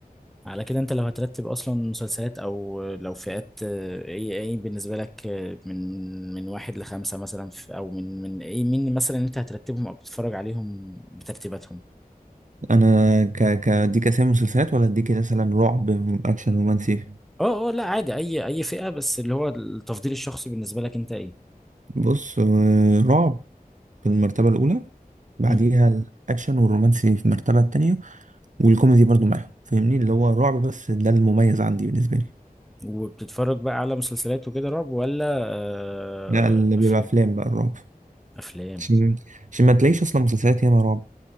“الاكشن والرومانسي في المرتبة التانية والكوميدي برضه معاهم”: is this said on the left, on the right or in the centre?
Right